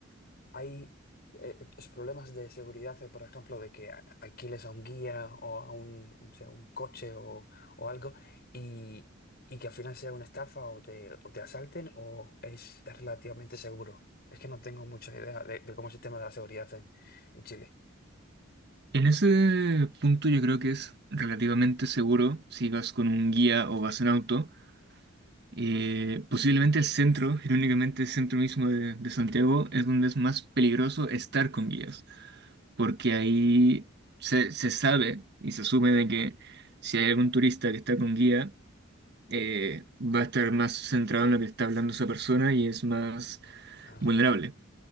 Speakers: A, on the left; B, on the right.
A: hay eh, los problemas de seguridad, eh, por ejemplo, de que a- alquiles a un guía o a un, o sea, un coche o, o algo y, y que al final sea una estafa o te, o te asalten o es, es relativamente seguro. Es que no tengo mucha idea de, de cómo es el tema de la seguridad en, en Chile.
B: En ese punto yo creo que es relativamente seguro si vas con un guía o vas en auto. Eh, posiblemente el centro, irónicamente el centro mismo de, de Santiago, es donde es más peligroso estar con guías, porque ahí se, se sabe y se asume de que si hay algún turista que está con guía, eh, va a estar más centrado en lo que está hablando esa persona y es más
A: Ah,
B: vulnerable.